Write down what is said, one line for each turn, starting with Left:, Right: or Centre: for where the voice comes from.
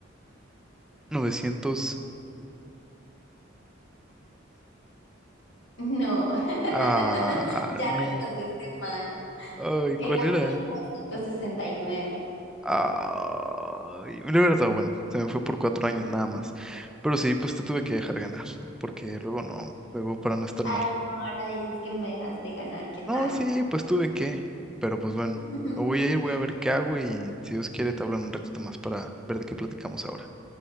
Centre: 1965.
Left: No, <laughs>
Centre: Ah,
Left: ya
Centre: no.
Left: respondiste mal.
Centre: Ay,
Left: Era
Centre: ¿cuál era?
Left: mil novecientos sesenta y nueve.
Centre: Ay, me lo hubiera estado bueno. Se me fue por cuatro años nada más. Pero sí, pues te tuve que dejar ganar, porque luego no, luego para no estar
Left: Ay,
Centre: mal.
Left: no, ahora dices que me dejaste ganar, ¿qué tal?
Centre: No, sí, pues tuve que, pero pues bueno,
Left: <laughs>
Centre: me voy a ir, voy a ver qué hago y si Dios quiere te hablo en un ratito más para ver de qué platicamos ahora.